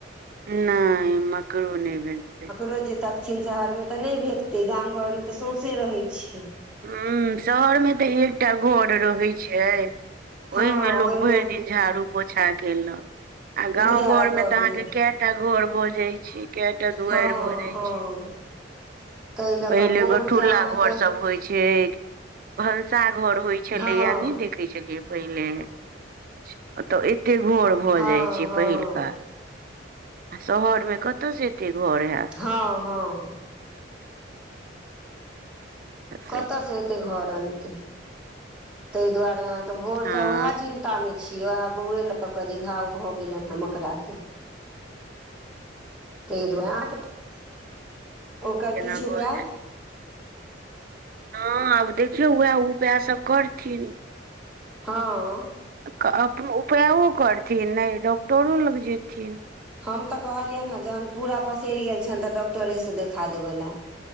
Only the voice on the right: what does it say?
नहि मकरो नहि भेटतै।
ह शहर में त एकटा घर रहे छै
ओहि मे लोक
भरि दिन झाड़ू पोछा केेलक आ गांव
घर में
ते अहाँ के कयटा घर भ जाइ छै कयटा दुआरि
भ जाइ
छै।
पहिले
गठुल्ला
घर सभ होइ छै। भनसा घर होइ छलैए
नहि देखैत छलियै पहिले त एतेक घर भ
जाइ छै
पहिलका। आ शहर मे कत से एते घर हयत।
सब
हँ
एना
भऽ
हां आब देखियौ वाएह उपाय सब करथिन।
क अपन उपायो करथिन नै डॉक्टरो लग जेथिन।